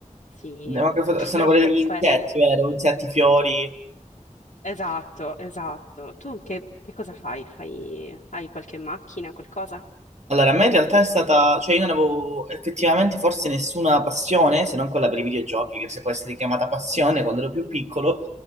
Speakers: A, on the left; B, on the right.
A: Sì,
B: Le macro foto- sono
A: però
B: quelle
A: per
B: degli
A: quelle...
B: insetti, vero? Insetti, fiori.
A: Esatto, esatto. Tu che, che cosa fai? Fai... Hai qualche macchina, qualcosa?
B: Allora, a me in realtà è stata... Cioè, io non avevo effettivamente forse nessuna passione, se non quella per i videogiochi, che se può essere chiamata passione quando ero più piccolo.